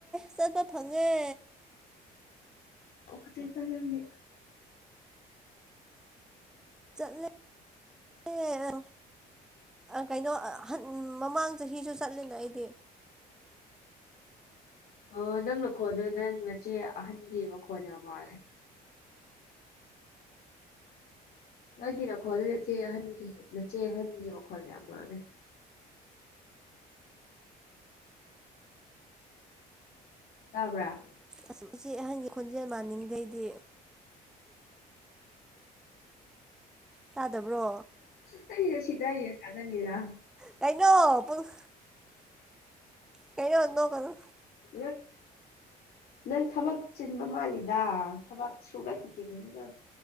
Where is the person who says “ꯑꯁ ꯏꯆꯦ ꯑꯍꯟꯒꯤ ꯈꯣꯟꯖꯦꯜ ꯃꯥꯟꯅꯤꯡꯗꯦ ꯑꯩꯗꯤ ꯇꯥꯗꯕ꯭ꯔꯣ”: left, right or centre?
Centre